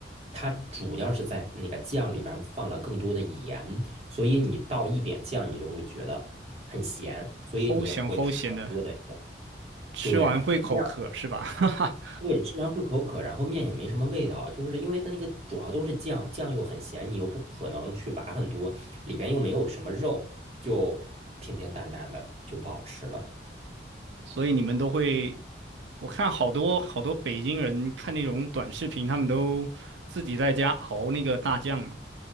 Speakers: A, on the right (about 35°); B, on the right (about 80°).
A: 它主要是在那个酱里边放了更多的盐，所以你倒一点酱，你就会觉得很咸，所以你也不会吃很多的酱。
B: 齁咸齁咸的，吃完会口渴是吧？
A: 对。这样。
B: <laughs> 哈哈，
A: 对，吃完会口渴，然后面也没什么味道，就是因为它那个主要都是酱，酱又很咸，你又不可能去挖很多，里边又没有什么肉，就平平淡淡的就不好吃了。
B: 所以你们都会，我看好多好多北京人看那种短视频，他们都自己在家熬那个大酱嘛。